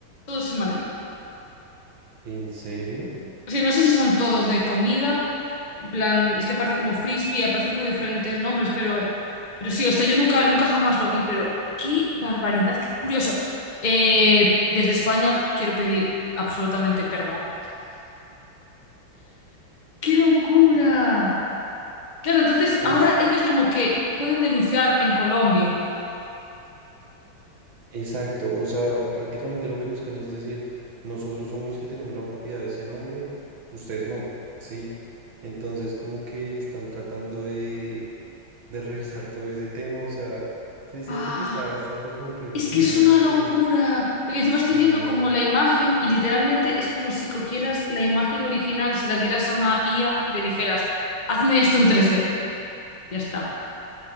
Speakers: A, on the left; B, on the right.
A: todos en Madrid.
B: ¿en serio?
A: O sea, no sé si son todos de comida, en plan, es que aparece como frisbee, aparecen como diferentes nombres, pero, pero sí, o sea, yo nunca, nunca jamás lo vi, pero qué barbaridad, qué curioso. Eh, desde España quiero pedir absolutamente perdón. ¡Qué locura! Claro, entonces
B: Pues
A: ahora ellos como que pueden denunciar en Colombia.
B: exacto, o sea, prácticamente lo que buscan es decir, nosotros somos los que tenemos la propiedad de ese nombre, ustedes no, ¿sí? Entonces como que están tratando de, de revisar todo ese tema, o sea, sí, siento
A: Ah.
B: que está bastante complejo
A: Es
B: ese
A: que
B: tema
A: es una
B: porque...
A: locura, porque encima
B: Sí,
A: estoy viendo como la imagen y literalmente es como si cogieras la imagen original, se la dieras a una IA y le dijeras, hazme esto en tres d Y ya está.